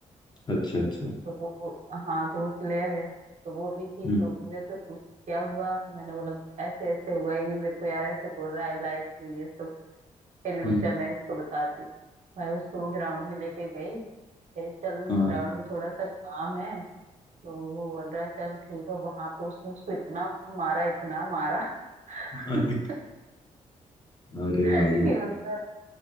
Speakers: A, on the left (about 30°); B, on the right (about 55°).
A: अच्छा अच्छा
B: तो वो हाँ तो वो प्लेयर है तो वो भी थी
A: हम्म
B: तो मेरे से पूछ क्या हुआ मैंने बोला ऐसे ऐसे हुआ ये मेरे को यार ऐसे बोल रहा है लाइक ये सब कह रही, रुक
A: हम्म
B: जा मैं इसको बताती हूँ भाई उसको वो ग्राउंड में लेके गई कह रही चल
A: हाँ
B: ग्राउंड में थोड़ा सा काम है तो वो बोल रहा है चल ठीक है वहां पे उसने उसको इतना मारा इतना मारा
A: अरे
B: <laughs>
A: अरे
B: कि
A: भाई
B: उसका